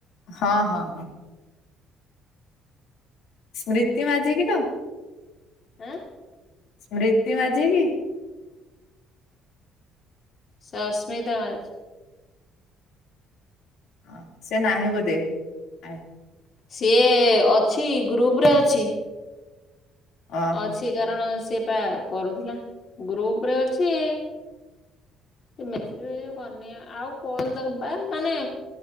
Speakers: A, on the left; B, on the left.
A: ହଁ ହଁ ହଁ। ସ୍ମ୍ରତୀ ମାଝି କି ଲୋ।
B: ଆଁ।
A: ସ୍ମ୍ରିତୀ ମାଝି କି?
B: ସସ୍ମିତା ମାଝି।
A: ଓ ସେ ନାହିଁ ବୋଧେ ଆ-
B: ସିଏ ଅଛି ଗ୍ରୁପ୍ ରେ ଅଛି।
A: ଓହୋ
B: ଅଛି କାରଣ ସିଏ ପା କରୁଥିଲା ଗ୍ରୁପ ରେ ଅଛି। ସିଏ ମେସେଜ ଫେସେଜ କରିନି ଆଉ କଲ ତାକୁ ବା ମାନେ-